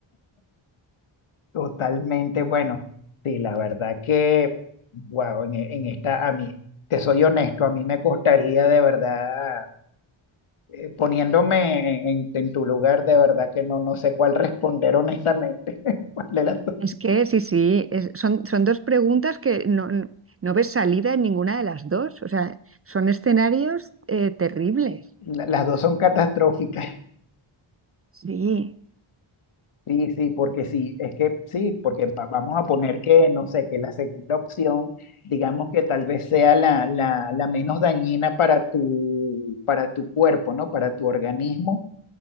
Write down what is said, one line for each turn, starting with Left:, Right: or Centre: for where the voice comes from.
Left: Totalmente bueno. Sí, la verdad que, wow, en, e- en esta, a mí, te soy honesto, a mí me costaría de verdad, eh, poniéndome en, en tu lugar, de verdad que no, no sé cuál responder honestamente. <laughs> ¿Cuál de las dos?
Right: Es que sí, sí, es- son, son dos preguntas que no, no, no ves salida en ninguna de las dos. O sea, son escenarios eh, terribles.
Left: La- las dos son catastróficas.
Right: Sí.
Left: Sí, sí, porque sí, es que sí, porque va- vamos a poner que, no sé, que la segunda opción, digamos que tal vez sea la, la, la menos dañina para tu, para tu cuerpo, ¿no? Para tu organismo,